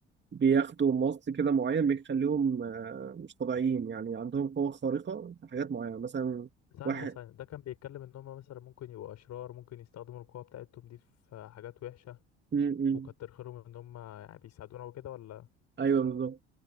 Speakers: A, on the right; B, on the left.
A: بياخدوا ماست كده معين بيخليهم آه، مش طبيعيين يعني عندهم قوة خارقة في حاجات معينة مثلا
B: ثانية
A: واحد
B: ثانية ده كان بيتكلم ان هم مثلا ممكن يبقوا اشرار ممكن يستخدموا القوة بتاعتهم دي في حاجات وحشة
A: م -م.
B: وكتر خيرهم ان هم يعني بيساعدونا وكده ولا
A: أيوه بالظبط